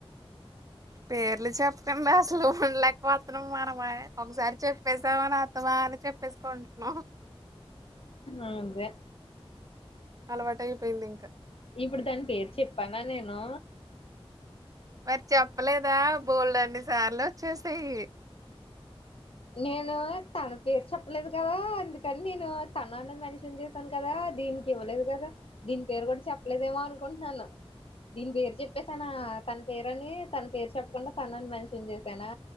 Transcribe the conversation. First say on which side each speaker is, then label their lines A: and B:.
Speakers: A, on the right; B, on the left.
A: పేర్లు చెప్పకండా అసలు ఉండలేకపోతన్నాం మనమె ఒకసారి చెప్పేసామని అత్తమా అది కట్టేస్కుంటున్నావ్
B: అవున్ గా
A: అలవాటయిపోయింది ఇంకా
B: ఇప్పుడు దాని పేరు చెప్పాన నేను
A: మరి చెప్పలేదా బోల్డన్ని సార్లు వచ్చేసాయి
B: నేను తన పేరు చెప్పలేదు కదా అందుకని నేను తనన్న మెన్షన్ చేశాను కదా దీనికి ఇవ్వలేదు కద దీని పేరు కూడ చెప్పలేదేమో అనుకుంటున్నాను దీని పేరు చెప్పసనా తన పేరని తన పేరు చెప్పకుండా తనని మెన్షన్ చేసానా